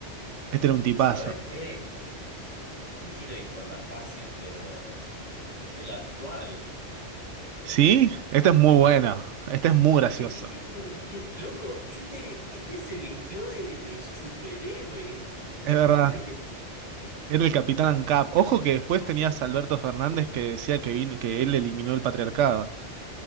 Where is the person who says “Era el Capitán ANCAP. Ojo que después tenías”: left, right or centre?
Right